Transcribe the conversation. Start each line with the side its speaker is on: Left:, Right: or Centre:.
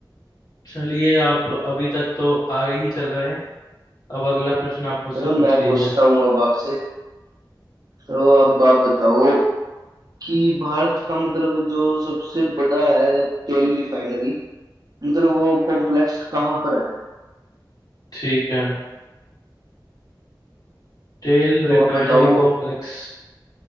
Left: चलिए आप अभी तक तो आगे ही चल रहे हैं अब अगला प्रश्न आप मुझसे
Right: चलो
Left: पूछ
Right: मैं
Left: लीजिए
Right: पूछता हूँ अब आपसे तो अब आप बताओ कि भारत का मतलब जो सबसे बड़ा है तेल रिफाइनरी मतलब वो कॉम्प्लेक्स कहाँ पर है
Left: ठीक है तेल
Right: तो
Left: रिफाइनरी
Right: आप बताओ
Left: कॉम्प्लेक्स